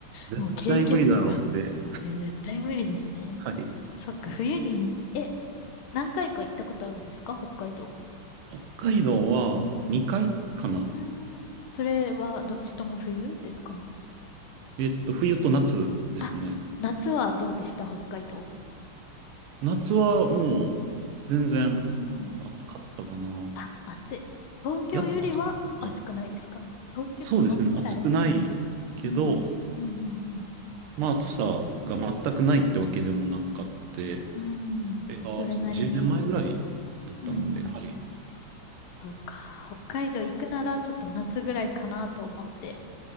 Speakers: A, on the right (about 80°); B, on the left (about 75°).
A: 絶対無理だろうって。
B: もう経験値がいや、絶対無理ですね。
A: はい。
B: そっか、冬に、え、何回か行ったことあるんですか北海道。
A: 北海道は2回かな
B: うん。うーん。それはどっちとも冬ですか
A: えっと、冬と夏ですね。
B: あ、夏はどうでした北海道。
A: 夏はもう全然
B: うん。
A: 暑かったかな。
B: あ、暑い。東京よりは暑くないですか東京、
A: やっぱ暑かったのか。そうですね。
B: 同じぐらい
A: 暑くないけど、
B: うん。うんうん
A: まあ暑さが全くないってわけでもなかった。
B: うん。うーん。
A: これが10年前ぐらいだったんで、
B: それなりに。うんうん。
A: はい。
B: そうか。北海道行くならちょっと夏ぐらいかなと思って。